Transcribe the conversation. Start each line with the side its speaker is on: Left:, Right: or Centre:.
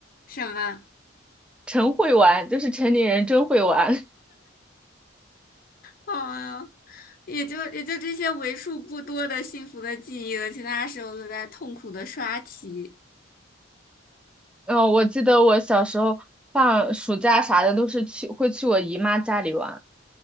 Left: 什么？
Centre: 真会玩，就是城里人真会玩。
Left: 啊呀，也就也就这些为数不多的幸福的记忆了，其他时候都在痛苦的刷题。
Centre: 嗯，我记得我小时候放暑假啥的都是去会去我姨妈家里玩。